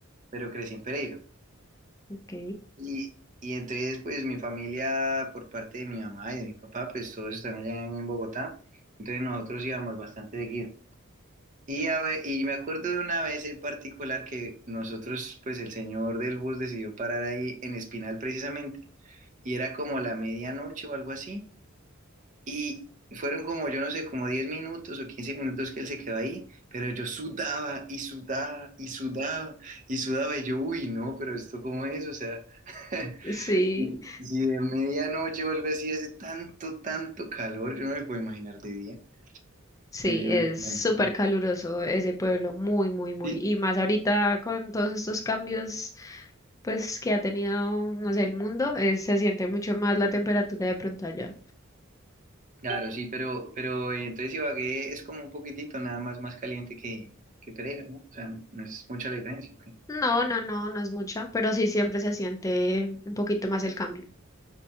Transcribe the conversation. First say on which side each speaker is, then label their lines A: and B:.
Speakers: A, on the right; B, on the left.
A: pero crecí en Pereira.
B: Ok.
A: Y, y entonces, pues, mi familia, por parte de mi mamá y de mi papá, pues, todos están allá en Bogotá. Entonces, nosotros íbamos bastante seguido. Y, a ve- y me acuerdo de una vez en particular que nosotros, pues el señor del bus decidió parar ahí en Espinal precisamente, y era como la medianoche o algo así, y fueron como, yo no sé, como 10 minutos o 15 minutos que él se quedó ahí, pero yo sudaba y sudaba y sudaba y sudaba, y yo, uy, no, pero esto cómo es, o sea, <laughs>
B: Sí.
A: si de medianoche o algo así hace tanto, tanto calor, yo no me puedo imaginar de día,
B: Sí,
A: era impresionante.
B: es súper caluroso ese pueblo, muy, muy, muy.
A: Sí,
B: Y más ahorita con todos estos cambios, pues que ha tenido, no sé, el mundo, eh, se siente mucho más la temperatura de pronto allá.
A: Claro, sí, pero, pero eh, entonces Ibagué es como un poquitito nada más más caliente que, que Pereira, ¿no? O sea, no es mucha la diferencia, ¿ok?
B: No, no, no, no es mucha, pero sí siempre se siente un poquito más el cambio.